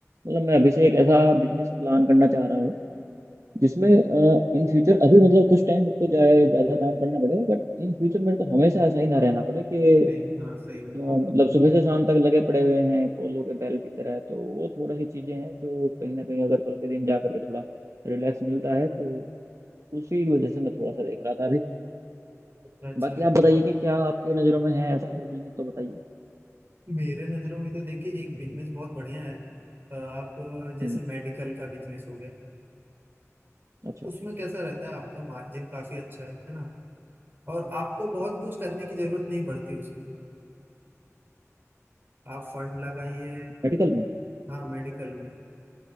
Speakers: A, on the right (about 70°); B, on the right (about 40°).
A: मतलब मैं
B: हाँ,
A: अभी से एक ऐसा बिजनेस प्लान करना चाह रहा हूँ जिसमें इन फ्यूचर अभी मतलब कुछ टाइम मुझको ज्यादा काम करना पड़ेगा बट इन फ्यूचर मेरे को हमेशा ऐसा ही ना रहना पड़े कि
B: नहीं नहीं हाँ सही होगा
A: हाँ, मतलब सुबह से शाम तक लगे पड़े हुए हैं कोलों के बैल की तरह तो वो थोड़ी सी चीजें हैं जो कहीं ना कहीं अगर कल के दिन जा करके थोड़ा रिलैक्स मिलता है तो उसी की वजह से मैं थोड़ा सा देख रहा था अभी
B: अच्छा अच्छा
A: बाकी आप बताइए
B: ठीक
A: कि क्या आपके नज़रों में है ऐसा कोई बिजनेस तो बताइए
B: मेरे नज़रों में तो देखिए एक बिजनेस बहुत बढ़िया है अ, आप अ, जैसे
A: हम्म
B: मेडिकल का बिजनेस हो गया
A: अच्छा
B: उसमें कैसा रहता है आपका मार्जिन काफी अच्छा है है ना और आपको बहुत कुछ करने की जरूरत नहीं पड़ती उसमें आप फंड लगाइए
A: मेडिकल में
B: हाँ मेडिकल में